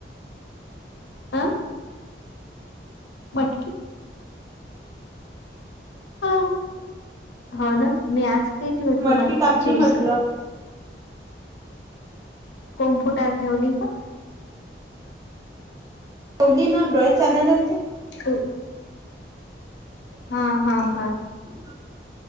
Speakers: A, on the left (about 85°); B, on the right (about 20°).
A: अ. मटकी. हो. होना मी आज केली होती
B: मटकी
A: मटकीची
B: टाकली
A: उसळ.
B: म्हटलं
A: कोम फुटायला ठेवली का.
B: पवली ना डोळ्यात चालल्याना ते.
A: त हा हा हा.
B: <unintelligible>